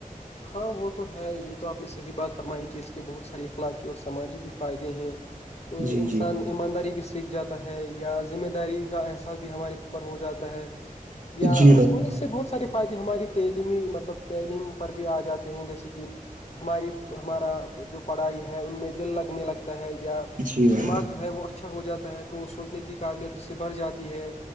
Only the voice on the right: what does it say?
جی
جی
جی بھائی
جی بھائی